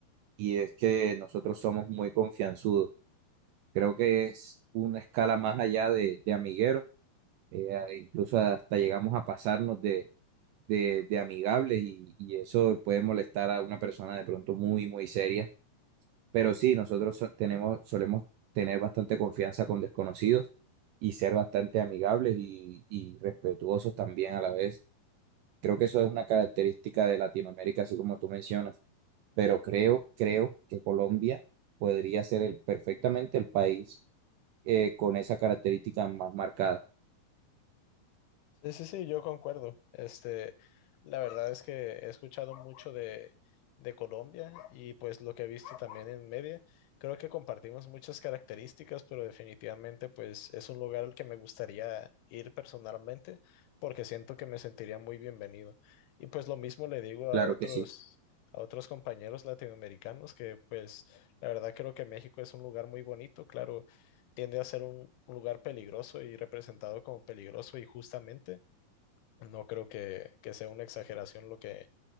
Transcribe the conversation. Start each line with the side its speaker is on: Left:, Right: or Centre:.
Right: y es que nosotros somos muy confianzudos. Creo que es una escala más allá de, de amigueros, eh, incluso hasta llegamos a pasarnos de, de, de amigables y, y eso puede molestar a una persona de pronto muy, muy seria. Pero sí, nosotros so- tenemos, solemos tener bastante confianza con desconocidos y ser bastante amigables y, y respetuosos también a la vez. Creo que eso es una característica de Latinoamérica, así como tú mencionas. Pero creo, creo que Colombia podría ser el, perfectamente el país eh, con esa característica más marcada.
Left: Sí, sí, sí, yo concuerdo. Este, la verdad es que he escuchado mucho de, de Colombia y pues lo que he visto también en media. Creo que compartimos muchas características, pero definitivamente pues es un lugar al que me gustaría ir personalmente porque siento que me sentiría muy bienvenido. Y pues lo mismo le digo
Right: Claro
Left: a otros,
Right: que sí,
Left: a otros compañeros latinoamericanos que pues la verdad creo que México es un lugar muy bonito. Claro, tiende a ser un un lugar peligroso y representado como peligroso y justamente. No creo que, que sea una exageración lo que,